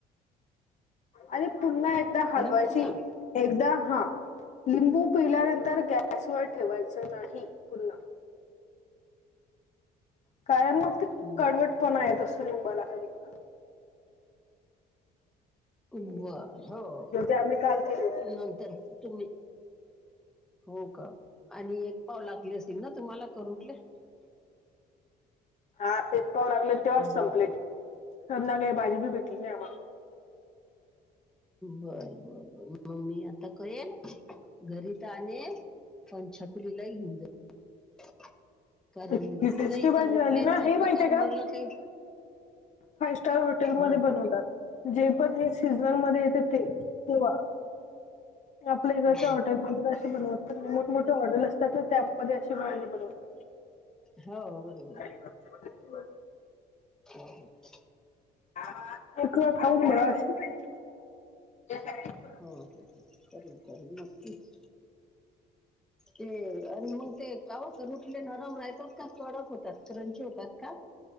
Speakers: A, on the left; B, in the centre.
A: आणि पुन्हा एकदा हालवायची.
B: लिंबूचा
A: एकदा हा. लिंबू पिल्यानंतर गॅसवर ठेवायचं नाही पुन्हा. कारण मग ते
B: बर
A: कडवट पना येत असतो लिंबाला कधीपुन्हा.
B: बर. हो हो.
A: आम्ही काल केली होती
B: नंतर तुम्ही हो का? आणि एक पाव लागले असतील ना तुम्हाला करूठले?
A: हा एक पाव लागले तेव्हाच
B: बर
A: संपले. सध्यांकाळी भाजी बी भेटली नाही आम्हाला.
B: बर बर बर म मी आता करेल. घरी त आणेल. पण छकुलीलाही घेवुन जाईल. कारण
A: इतकी
B: तिलाही
A: टेस्टी भाजी
B: करोटल्याचा
A: झाली ना हे माहितीये
B: प्रकार म्हणलं काही
A: फाईव स्टार हॉटेलमध्ये
B: हा
A: बनवतात. जे पण हे सीजनल मध्ये येते ते. तेव्हा. आपल्या
B: हं.
A: इकडच्या हॉटेलमध्ये कशी बनवत मोठमोठे हॉटेल असतात ना, त्यामध्ये अशी भाजी बनवतात.
B: हो बरोबरे.
A: <unintelligible>
B: <inaudible>
A: <inaudible> एक वेळा खाऊन बघ असशी <inaudible> <inaudible>
B: हो हो हो. करील- करील. नक्कीच. ते आणि मग ते काव करुटले नरम राहतात का? कडक होतात? क्रंची होतात का?